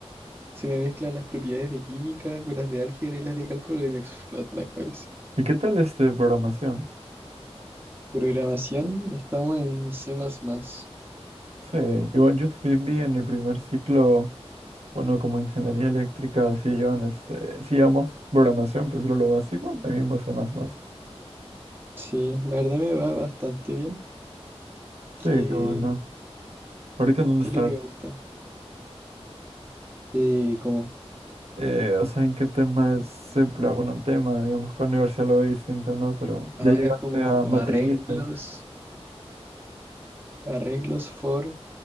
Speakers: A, on the right; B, on the right.
A: se me mezclan las propiedades de química con las de álgebra y las de cálculo y me explota la cabeza.
B: ¿Y qué tal este de programación?
A: Programación, estamos en C++. más más.
B: Sí, igual yo también vi en mi primer ciclo. Bueno, como ingeniería eléctrica, sí llevan este, sí llevamos programación, pero solo lo básico, también vos más más
A: Sí, la verdad me va bastante bien,
B: Sí,
A: que
B: cómo no. ¿Ahorita en dónde
A: que
B: estás?
A: es lo que me gusta. Eh, como
B: Eh, o sea, ¿en qué tema es? se pla- Bueno, tema, digamos, con universidad lo ve distinto, ¿no? Pero ya
A: Ahora
B: llegaste
A: como
B: a matrices.
A: arreglos, arreglos for,